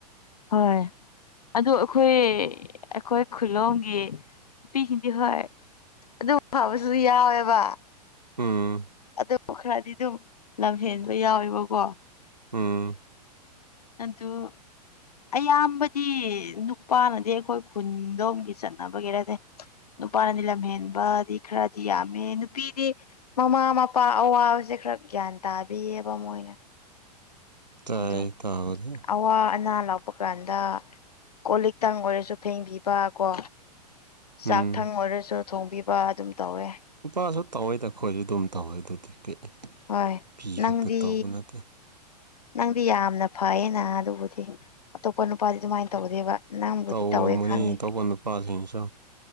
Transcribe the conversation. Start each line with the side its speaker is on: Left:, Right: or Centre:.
Left: ꯍꯣꯏ ꯑꯗꯨ ꯑꯩꯈꯣꯏ ꯑꯩꯈꯣꯏ ꯈꯨꯂꯣꯝꯒꯤ ꯅꯨꯄꯤꯁꯤꯡꯗꯤ ꯍꯣꯏ ꯑꯗꯨꯝ ꯐꯕꯁꯨ ꯌꯥꯎꯋꯦꯕ
Right: ꯎꯝ
Left: ꯑꯗꯨ ꯈꯔꯗꯤ ꯑꯗꯨꯝ ꯂꯝ ꯍꯦꯟꯕ ꯌꯥꯎꯋꯦꯕꯀꯣ
Right: ꯎꯝ
Left: ꯑꯗꯨ ꯑꯌꯥꯝꯕꯗꯤ ꯅꯨꯄꯥꯅꯗꯤ ꯑꯩꯈꯣꯏ ꯈꯨꯟꯗꯣꯝꯒꯤ ꯆꯠꯅꯕꯒꯤꯔꯥꯗꯦ ꯅꯨꯄꯥꯅꯗꯤ ꯂꯝꯍꯦꯟꯕꯗꯤ ꯈꯔꯗꯤ ꯌꯥꯝꯃꯦ ꯅꯨꯄꯤꯗꯤ ꯃꯃꯥ ꯃꯄꯥ ꯑꯋꯥꯕꯁꯦ ꯈꯔ ꯒ꯭ꯌꯥꯟ ꯇꯥꯕꯤꯌꯦꯕ ꯃꯣꯏꯅ
Right: ꯇꯥꯏ
Left: ꯑꯗꯨꯝ
Right: ꯇꯥꯕꯗꯤ
Left: ꯑꯋꯥ ꯑꯅꯥ ꯂꯥꯛ ꯄꯛ ꯀꯥꯟꯗ ꯀꯣꯜ ꯂꯤꯛꯇꯪ ꯑꯣꯏꯔꯁꯨ ꯐꯦꯡꯕꯤꯕ ꯀꯣ ꯆꯥꯛ
Right: ꯎꯝ
Left: ꯊꯪ ꯑꯣꯏꯔꯁꯨ ꯊꯣꯡꯕꯤꯕ ꯑꯗꯨꯝ ꯇꯧꯋꯦ
Right: ꯅꯨꯄꯥꯁꯨ ꯇꯧꯋꯦꯗ ꯑꯩꯈꯣꯏꯗꯤ ꯗꯨꯝ ꯇꯧꯋꯦ ꯑꯗꯨꯗꯤ ꯀꯩ ꯍꯦ
Left: ꯍꯣꯏ
Right: ꯄꯤ
Left: ꯅꯪꯗꯤ
Right: ꯈꯛꯇ ꯇꯧꯕ ꯅꯠꯇꯦ
Left: ꯅꯪꯗꯤ ꯌꯥꯝꯅ ꯐꯩꯌꯦꯅ ꯑꯗꯨꯕꯨꯗꯤ ꯑꯇꯣꯞꯄ ꯅꯨꯄꯥꯗꯤ ꯑꯗꯨꯃꯥꯏꯅ ꯇꯧꯗꯦꯕ ꯅꯪꯕꯨꯗꯤ
Right: ꯇꯧꯔꯝꯃꯅꯤ
Left: ꯇꯧꯋꯦ ꯈꯪꯉꯦ
Right: ꯑꯇꯣꯞꯄ ꯅꯨꯄꯥꯁꯤꯡꯁꯨ